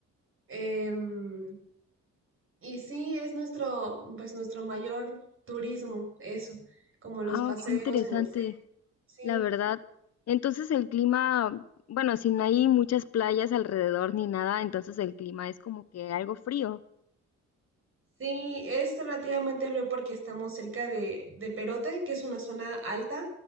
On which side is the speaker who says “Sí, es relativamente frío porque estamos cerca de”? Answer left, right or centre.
Right